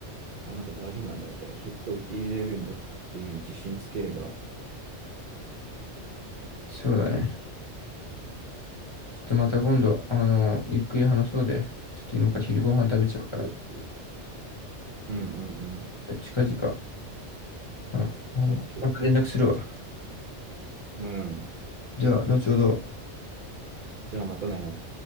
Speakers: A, on the right; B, on the left.
A: あ、なんか大丈夫なんだみたいな、結果を受け入れれるんだっていう自信つければ、
B: つ、そうだね。ちょっとまた今度、あの、ゆっくり話そうで。ちょっと今から昼ご飯食べちゃうから。
A: OK、ケーオッケーうんうんうん。
B: じゃあ近々、あの、あの、
A: オッケー
B: また連絡するわ。
A: うん。
B: では、後ほど。
A: じゃあまたね。